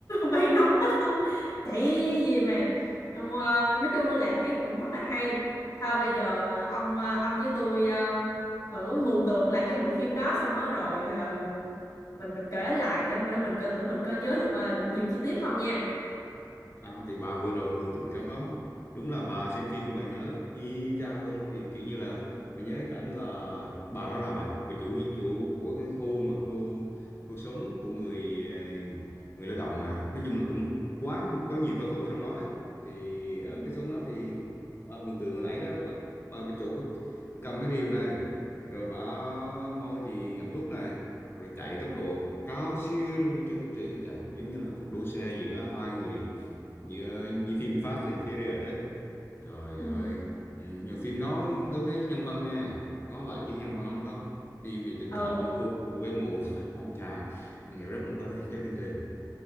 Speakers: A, on the left (about 50°); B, on the left (about 30°).
A: bay nóc hết luôn chạy gì mà Ờ, nói chung là thấy cũng rất là hay thôi bây giờ ờ, ông ờ, ông với tôi ờ, thử mường tượng lại cái bộ phim đó xong đó rồi ờ, mình mình kể lại để, để mình coi thử mình có nhớ được ờ, được nhiều chi tiết không nha
B: À, thì bà vừa rồi mường tượng trong đó đúng là bà xem phim bà nhớ y chang luôn thì kiểu như là bà nhớ cái cảnh là bà đó là bà, bà chủ nhân chủ của cái khu mà khu khu xóm của người ờ, người lao động mà nói chung là cũng quá có nhiều cao thủ ở trong đó đấy thì ở
A: Ừ.
B: cái xóm đó thì bà mường tượng hồi nãy đó bà, bà, bà chủ bà cầm cái điều này rồi bà môi thì ngậm thuốc này rồi chạy tốc độ cao siêu trong khi cho tinh trì cũng chạy giống như là cuộc đua xe giữa hai người như, như phim Fast and Furious đấy trời
A: ừ
B: ơi ừ, nhiều phim đó tôi thấy nhân văn nha nó vậy chứ nhân văn
A: Ừ.
B: lắm đó phim về tình
A: ừ
B: cảm giữa cô cô gái mù <laughs> anh chàng nghĩa rất buồn tơi cho chương trình